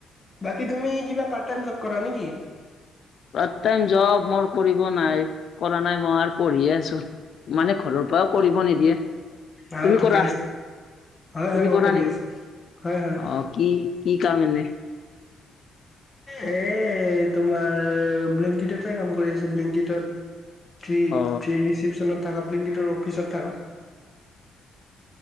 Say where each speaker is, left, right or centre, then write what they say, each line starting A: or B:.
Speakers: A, on the left; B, on the left.
A: বাকী তুমি কিবা পাৰ্ট টাইম জব কৰা নেকি?
B: পাৰট টাইম জব মোৰ কৰিব নাই। কৰা নাই মই আৰু পঢ়িয়ে আছো। মানে ঘৰৰ পৰাও কৰিব নিদিয়ে।
A: অ
B: তুমি
A: ঠিকে
B: কৰা।
A: আছে হয় হয়
B: তুমি
A: মই
B: কৰা
A: কৰি
B: নেকি?
A: আছো হয় হয়।
B: অ', কি, কি কাম এনে।
A: এ হে তোমাৰ ব্লিংকিটতে কাম কৰি আছে। ব্লিংকটত। কি <unintelligible>
B: অ
A: ৰিচিপচনত থকা ব্লিংকিটৰ অফিচত থাকা।